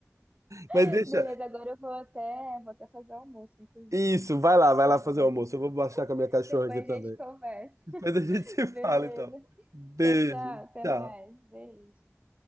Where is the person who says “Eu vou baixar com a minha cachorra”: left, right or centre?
Right